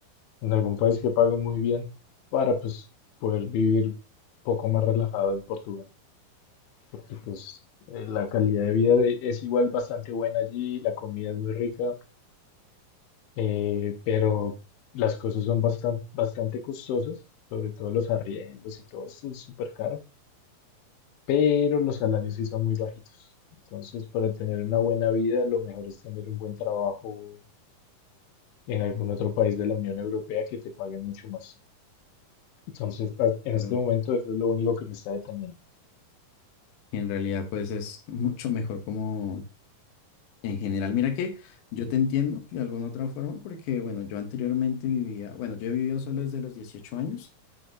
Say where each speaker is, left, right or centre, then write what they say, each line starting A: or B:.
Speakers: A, on the left; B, on the left.
A: en algún país que pague muy bien para pues poder vivir un poco más relajado en Portugal. porque pues eh, la calidad de vida de- es igual bastante buena allí, la comida es muy rica, eh, pero las cosas son bastante, bastante costosas, sobre todo los arriendos y todo esto es súper caro, pero los salarios sí son muy bajitos. Entonces, para tener una buena vida, lo mejor es tener un buen trabajo en algún otro país de la Unión Europea que te paguen mucho más. Entonces, a- en
B: claro.
A: este momento, eso es lo único que me está deteniendo.
B: Y en realidad pues es mucho mejor como En general, mira que yo te entiendo de alguna otra forma porque, bueno, yo anteriormente vivía, bueno, yo he vivido solo desde los 18 años